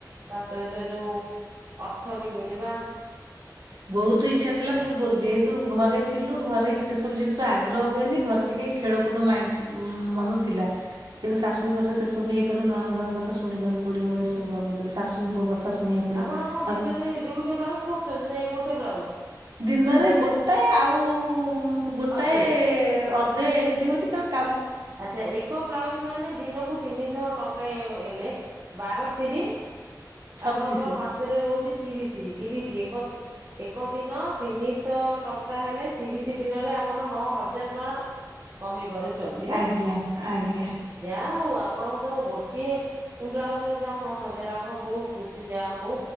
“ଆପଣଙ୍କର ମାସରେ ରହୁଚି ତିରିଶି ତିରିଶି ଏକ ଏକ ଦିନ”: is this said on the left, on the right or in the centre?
Right